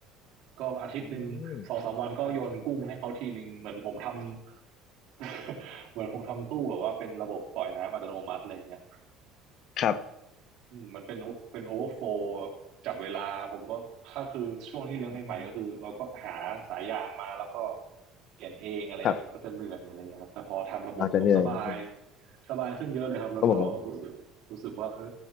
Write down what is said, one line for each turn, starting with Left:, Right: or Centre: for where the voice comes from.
Right: ก็อาทิตย์หนึ่งสองสามวันก็โยนกุ้งให้เขาทีหนึ่งเหมือนผมทำ
Left: อืม
Right: <laughs> เหมือนผมทำตู้แบบว่าเป็นระบบปล่อยน้ำอัตโนมัติอะไรเงี้ย
Left: ครับ
Right: อืมมันเป็นโอเป็นโอเวอร์โฟลจับเวลาผมก็ถ้าคือช่วงที่เลี้ยงใหม่ๆก็คือเราก็หาสายยางมาแล้วก็
Left: อม
Right: เปลี่ยนเองอะไรเงี้ยมันก็จะเหนื่อยอะไรเงี้ยครับแต่พอทำระบบปุ๊บสบาย
Left: ครับเราจะเหนื่อยนิดนึง
Right: สบายขึ้นเยอะเลยครับแล้วก็รู้สึกรู้สึกว่าเออ
Left: ก็เหมือนกัน